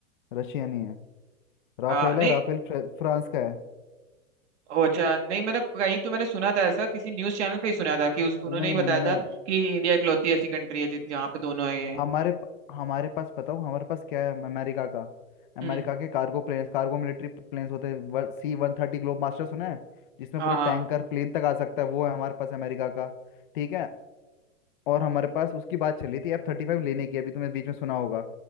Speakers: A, on the left; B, on the right.
A: रशिया नहीं है राफेल
B: आ, नहीं
A: है राफेल फ्र- फ्रांस का है
B: ओ अच्छा नहीं मैंने कहीं तो मैंने सुना था ऐसा किसी न्यूज़ चैनल पे ही सुना था कि उस, उन्होंने
A: नहीं
B: ही
A: नहीं
B: बताया
A: नहीं मैं
B: था कि इंडिया इकलौती ऐसी कंट्री है जि- जहाँ पे दोनों है ये
A: हमारे प- हमारे पास बताऊँ हमारे पास क्या है अमेरिका का अमेरिका
B: हम्म
A: के cargo planes cargo military planes होते हैं सी वन थर्टी ग्लोब मास्टर सुना है जिसमें
B: हाँ
A: पूरा
B: हाँ
A: टैंकर प्लेन तक आ सकता है वो है हमारे पास अमेरिका का ठीक है और हमारे पास उसकी बात चली थी एफ थर्टी फाइव लेने की अभी तुमने बीच में सुना होगा